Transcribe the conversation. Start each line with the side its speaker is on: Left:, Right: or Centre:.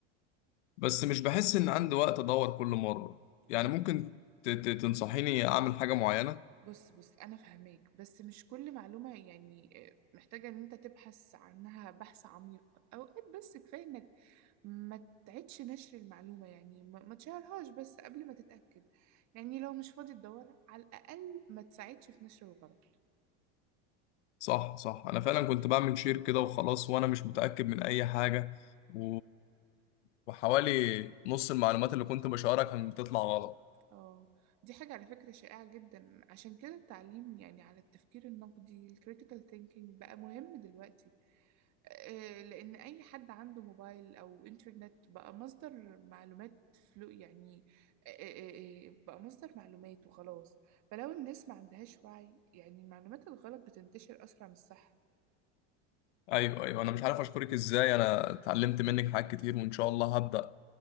Left: بس مش بحس ان عندي وقت ادور كل مره يعني
Right: انا
Left: ممكن ت... ت... تنصحيني اعمل حاجه معينه
Right: بص بص انا فاهماك بس مش كل معلومه يعني آه، محتاجه ان انت تبحث عنها بحث عميق اوقات بس كفايه انك ما تعيدش نشر المعلومه يعني ما ما تشهرهاش بس قبل ما تتاكد يعني لو مش فاضي تدور على الاقل ما تساعدش في نشر الغلط
Left: صح صح انا فعلا كنت بعمل شير كده وخلاص وانا مش متاكد من اي حاجه و... وحوالي نص المعلومات اللي كنت بشاركها كانت بتطلع غلط
Right: اه دي حاجه على فكره شائعه جدا عشان كده التعليم يعني على التفكير النقدي الكريتيكال ثينكينج بقى مهم دلوقتي آه، لأن أي حد عنده موبايل أو إنترنت بقى مصدر معلومات فلو يعني آه، آه، آه، آه، بقى مصدر معلومات وخلاص فلو الناس ما عندهاش وعي يعني المعلومات الغلط بتنتشر أسرع من الصح
Left: ايوه ايوه انا مش عارف اشكرك ازاي انا اتعلمت منك حاجات كتير وان شاء الله هبدا